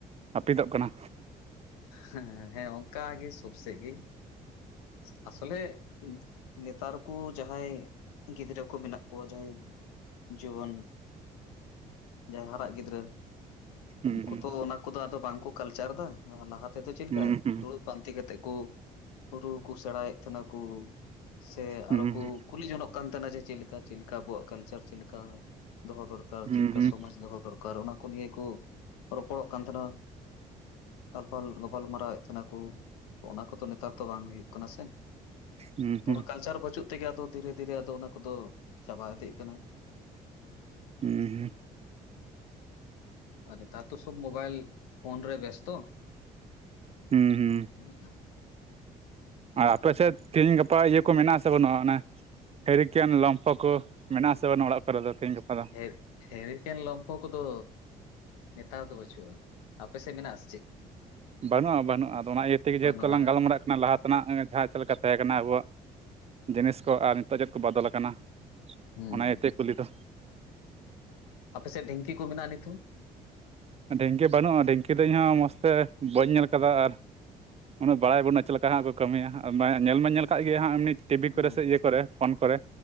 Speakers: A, on the right (about 35°); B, on the left (about 85°).
A: ᱦᱟᱹᱯᱤᱫᱚᱜ ᱠᱟᱱᱟ
B: ᱦᱮᱸ ᱦᱮᱸ ᱚᱱᱠᱟ ᱜᱮ ᱥᱚᱵᱽ ᱥᱮᱫ ᱜᱮ ᱛᱟᱦᱚᱞᱮ ᱱᱮᱛᱟᱨ ᱠᱚ ᱡᱟᱦᱟᱸᱭ ᱜᱤᱫᱽᱨᱟᱹ ᱠᱚ ᱢᱮᱱᱟᱜ ᱠᱚᱣᱟ ᱡᱟᱦᱟᱸᱭ ᱡᱩᱣᱟᱹᱱ ᱡᱟᱦᱟᱸᱭ ᱦᱟᱨᱟᱜ ᱜᱤᱫᱽᱨᱟᱹ
A: ᱦᱩᱸ
B: ᱩᱱᱠᱩ ᱛᱚ ᱚᱱᱟ ᱠᱚᱫᱚ ᱟᱫᱚ ᱵᱟᱝᱠᱚ ᱠᱟᱞᱪᱟᱨ ᱮᱫᱟ ᱞᱟᱦᱟ ᱛᱮᱫᱚ ᱪᱮᱫ
A: ᱦᱩᱸ
B: ᱞᱮᱠᱟ
A: ᱦᱩᱸ
B: ᱫᱩᱲᱩᱵ ᱯᱟᱱᱛᱤ ᱠᱟᱛᱮ ᱠᱚ ᱨᱩ ᱠᱚ ᱥᱮᱲᱟᱭᱮᱫ ᱛᱟᱦᱮᱱᱟ ᱠᱚ ᱥᱮ
A: ᱦᱩᱸ
B: ᱟᱨᱦᱚᱸ ᱠᱚ
A: ᱦᱩᱸ
B: ᱠᱩᱞᱤ ᱡᱚᱝᱼᱟᱜ ᱠᱟᱱᱟ ᱛᱟᱦᱮᱱᱟ ᱡᱮ ᱪᱮᱫ ᱞᱮᱠᱟ ᱪᱮᱫ ᱞᱮᱠᱟ ᱟᱵᱚᱣᱟᱜ ᱠᱟᱞᱪᱟᱨ ᱪᱮᱫ ᱞᱮᱠᱟ ᱫᱚᱦᱚ ᱫᱚᱨᱠᱟᱨ
A: ᱦᱩᱸ
B: ᱪᱮᱫ ᱞᱮᱠᱟ
A: ᱦᱩᱸ
B: ᱥᱚᱢᱟᱡᱽ ᱫᱚᱦᱚ ᱫᱚᱨᱠᱟᱨ <unintelligible> ᱚᱱᱟ ᱠᱚ ᱱᱤᱭᱟᱹ ᱠᱚ ᱨᱚᱯᱚᱲᱚᱜ ᱠᱟᱱ ᱛᱟᱦᱮᱱᱟ <unintelligible> ᱜᱟᱯᱟᱞᱢᱟᱨᱟᱣᱮᱫ ᱛᱟᱦᱮᱱᱟ ᱠᱚ ᱚᱱᱟ ᱠᱚᱫᱚ ᱱᱮᱛᱟᱨ ᱛᱚ ᱵᱟᱝ ᱦᱩᱭᱩᱜ ᱠᱟᱱᱟ ᱥᱮ
A: ᱦᱩᱸ
B: ᱛᱚ
A: ᱦᱩᱸ
B: ᱚᱱᱟ ᱠᱟᱞᱪᱟᱨ ᱵᱟᱹᱪᱩᱜ ᱛᱮᱜᱮ ᱟᱫᱚ ᱫᱷᱤᱨᱮ ᱫᱷᱤᱨᱮ ᱟᱫᱚ ᱚᱱᱟ ᱠᱚᱫᱚ ᱪᱟᱵᱟ ᱤᱫᱤᱜ ᱠᱟᱱᱟ
A: ᱦᱩᱸ ᱦᱩᱸ
B: ᱦᱚᱸ ᱱᱮᱛᱟᱨ ᱫᱚ ᱥᱚᱵᱽ ᱢᱳᱵᱟᱭᱤᱞ ᱯᱷᱳᱱ ᱨᱮ ᱵᱮᱭᱚᱥᱛᱚ
A: ᱦᱩᱸ ᱦᱩᱸ
B: ᱚᱱᱟ
A: ᱟᱨ ᱟᱯᱮᱥᱮᱫ ᱛᱮᱦᱮᱧ ᱜᱟᱯᱟ ᱤᱭᱟᱹ ᱠᱚ ᱢᱮᱱᱟᱜ ᱟᱥᱮ ᱵᱟᱹᱱᱩᱜᱼᱟ ᱚᱱᱮ ᱦᱤᱨᱤᱠᱮᱱ ᱞᱚᱢᱯᱷᱚ ᱠᱚ ᱢᱮᱱᱟᱜᱼᱟ ᱟᱥᱮ ᱵᱟᱱᱩᱜ ᱟ ᱚᱲᱟᱜ ᱠᱚᱨᱮ ᱫᱚ ᱛᱮᱦᱤᱧ ᱜᱟᱯᱟ ᱫᱚ
B: ᱦᱮ ᱦᱮᱨᱤᱠᱮᱱ ᱞᱚᱢᱯᱷᱚ ᱠᱚᱫᱚ ᱱᱮᱛᱟᱨ ᱫᱚ ᱵᱟᱹᱪᱩᱜᱼᱟ ᱟᱯᱮ ᱥᱮ ᱢᱮᱱᱟᱜ ᱟᱥᱮ ᱪᱮᱜ
A: ᱵᱟᱹᱱᱩᱜᱼᱟ ᱵᱟᱹᱱᱩᱜ ᱟᱫᱚ ᱚᱱᱟ ᱤᱭᱟᱹ ᱛᱮᱜᱮ
B: ᱵᱟᱹᱱᱩᱜᱼᱟ
A: ᱡᱮᱦᱩᱛᱩ ᱞᱟᱝ ᱜᱟᱞᱢᱟᱨᱟᱜ ᱞᱟᱦᱟ ᱛᱮᱱᱟᱜ ᱡᱟᱦᱟᱸ ᱪᱮᱫ ᱞᱮᱠᱟ ᱛᱟᱦᱮᱸ ᱠᱟᱱᱟ ᱟᱵᱚᱣᱟᱜ ᱡᱤᱱᱤᱥ ᱠᱚ ᱟᱨ ᱱᱤᱛᱚᱜ ᱪᱮᱫ ᱠᱚ ᱵᱚᱫᱚᱞ ᱟᱠᱟᱱᱟ
B: ᱦᱩᱸ,
A: ᱚᱱᱟ ᱤᱭᱟᱹᱛᱮ ᱠᱩᱞᱤ ᱫᱚ
B: ᱟᱯᱮ ᱥᱮ ᱰᱷᱤᱝᱠᱤ ᱠᱚ ᱢᱮᱱᱟᱜᱼᱟ ᱱᱤᱛ ᱦᱚᱸ
A: ᱰᱷᱤᱝᱠᱤ ᱵᱟᱹᱱᱩᱜᱼᱟ ᱰᱷᱤᱝᱠᱤ ᱫᱚ ᱤᱧᱦᱚᱸ ᱢᱚᱡᱽ ᱛᱮ ᱵᱟᱹᱧ ᱧᱮᱞ ᱟᱠᱟᱫᱟ ᱟᱨ ᱩᱱᱟᱹᱜ ᱵᱟᱲᱟᱭ ᱵᱟᱹᱱᱩᱜ ᱟ ᱪᱮᱫ ᱞᱮᱠᱟ ᱦᱟᱸᱜ ᱠᱚ ᱠᱟᱹᱢᱤᱭᱟ ᱧᱮᱞ ᱢᱟ ᱧᱮᱞ ᱟᱠᱟᱫ ᱜᱮ ᱦᱟᱸᱜ ᱮᱢᱱᱤ ᱴᱤᱵᱷᱤ
B: ᱦᱩᱸ᱾
A: ᱠᱚᱨᱮ ᱥᱮ ᱤᱭᱟᱹ ᱠᱚᱨᱮ ᱯᱷᱳᱱ ᱠᱚᱨᱮ